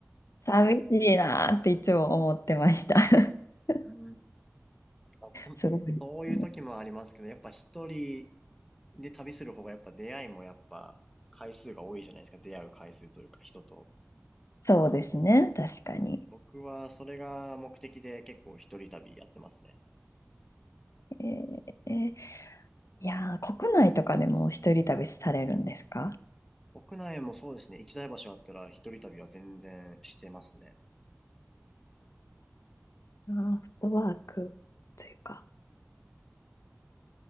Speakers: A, on the left; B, in the centre.
A: 寂しいなーっていつも思ってました <laughs>
B: うあと、
A: すごいですね。
B: そういう時もありますけど、やっぱ一人で旅する方がやっぱ出会いもやっぱ回数が多いじゃないですか。出会う回数というか人と。
A: そうですね、確かに。
B: うん、僕はそれが目的で結構一人旅やってますね。
A: えーえーいやー、国内とかでも一人旅されるんですか
B: 国内もそうですね。行きたい場所あったら一人旅は全然してますね。
A: あーフットワークというか。